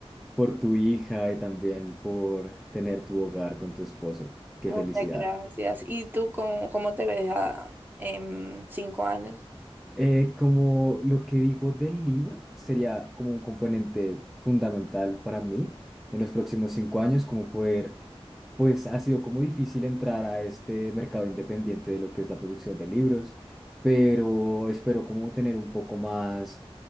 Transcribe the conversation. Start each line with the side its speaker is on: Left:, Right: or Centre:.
Centre: por tu hija y también por tener tu hogar con tu esposo. Qué
Right: Muchas
Centre: felicidad.
Right: gracias. ¿Y tú cómo, cómo te ves a en cinco años?
Centre: Eh, como lo que digo del libro sería como un componente fundamental para mí en los próximos cinco años, como poder, pues ha sido como difícil entrar a este mercado independiente de lo que es la producción de libros, pero espero como tener un poco más